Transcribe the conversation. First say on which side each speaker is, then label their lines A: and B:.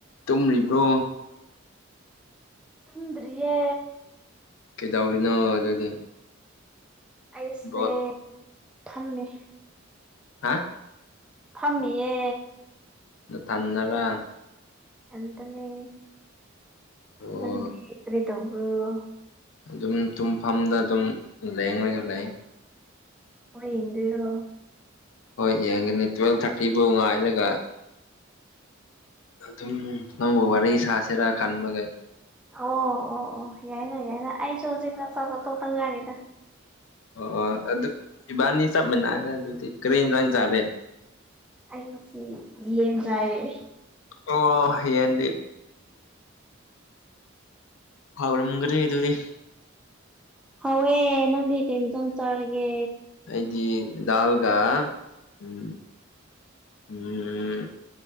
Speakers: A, on the left; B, in the centre.
A: ꯇꯨꯝꯔꯤꯕ꯭ꯔꯣ
B: ꯊꯨꯝꯗꯔꯤꯌꯦ
A: ꯀꯩꯗꯧꯔꯤꯅꯣ ꯑꯗꯨꯗꯤ
B: ꯑꯩꯁꯦ
A: ꯕꯣꯠ
B: ꯐꯝꯃꯤ
A: ꯍꯥ
B: ꯐꯝꯃꯤꯌꯦ
A: ꯅꯊꯟꯅꯔꯥ
B: ꯏꯊꯟꯇꯅꯦ
A: ꯑꯣ
B: ꯅꯪꯗꯤ ꯀꯔꯤ ꯇꯧꯕ꯭ꯔꯣ
A: ꯑꯗꯨꯝ ꯇꯨꯝꯐꯝꯗ ꯑꯗꯨꯝ ꯂꯦꯡꯉꯒ ꯂꯩ
B: ꯕꯣꯜ ꯌꯦꯡꯗꯣꯏꯔꯣ
A: ꯍꯣꯏ ꯌꯦꯡꯒꯅꯤ ꯇꯨꯋꯦꯜꯞ ꯊꯥꯔꯇꯤꯐꯧ ꯉꯥꯏꯔꯒ ꯑꯗꯨꯝ ꯅꯪꯒ ꯋꯥꯔꯤ ꯁꯥꯁꯤꯔꯥ ꯈꯟꯕꯒꯤ
B: ꯑꯣ ꯑꯣ ꯑꯣ ꯌꯥꯏꯅ ꯌꯥꯏꯅ ꯑꯩꯁꯨ ꯍꯧꯖꯤꯛꯇ ꯆꯥꯛ ꯆꯥꯕ ꯇꯣꯛꯇ ꯉꯥꯏꯔꯤꯗ
A: ꯑꯣ ꯑꯣ ꯑꯗꯨ ꯏꯕꯥꯅꯤ ꯆꯞ ꯃꯥꯟꯅꯔꯦ ꯑꯗꯨꯗꯤ ꯀꯔꯤ ꯏꯟꯖꯥꯡ ꯆꯥꯔꯦ
B: ꯑꯩ ꯉꯁꯤ ꯌꯦꯟ ꯆꯥꯏꯌꯦ
A: ꯑꯣ ꯌꯦꯟꯗꯤ ꯍꯥꯎꯔꯝꯒꯅꯤ ꯑꯗꯨꯗꯤ
B: ꯍꯥꯎꯋꯦ ꯅꯪꯗꯤ ꯀꯔꯤ ꯏꯟꯖꯥꯡ ꯆꯥꯔꯒꯦ
A: ꯑꯩꯗꯤ ꯗꯥꯜꯒ ꯎꯝ ꯎꯝ